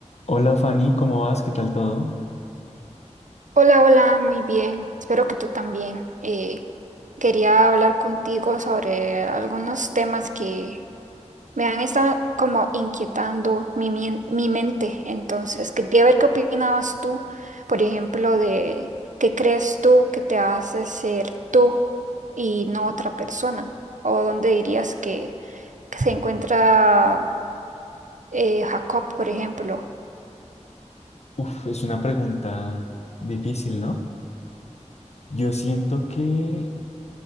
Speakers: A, on the left; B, on the right.
A: Hola Fanny, ¿cómo vas? ¿Qué tal todo?
B: Hola, hola, muy bien. Espero que tú también. Eh, quería hablar contigo sobre algunos temas que me han estado como inquietando mi, mien- mi mente. Entonces, quería ver qué opinabas tú, por ejemplo, de qué crees tú que te hace ser tú y no otra persona, o dónde dirías que, que se encuentra eh, Jacob, por ejemplo.
A: Uf, es una pregunta difícil, ¿no? Yo siento que,